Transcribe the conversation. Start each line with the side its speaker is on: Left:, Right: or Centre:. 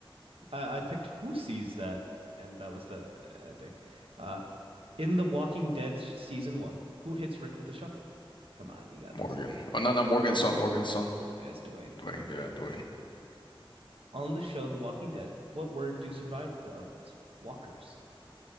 Right: I, I picked Who Sees That, and that was the uh, ending. Uh, in The Walking Dead s- season one, who hits Rick with the shovel? Come on, you got
Left: Morgan.
Right: this.
Left: Oh, no, not Morgan's son. Morgan's son.
Right: Yeah, it's Dwayne.
Left: Dwayne. Yeah, Dwayne.
Right: On the show The Walking Dead, what word do survive? Oh, it's walkers,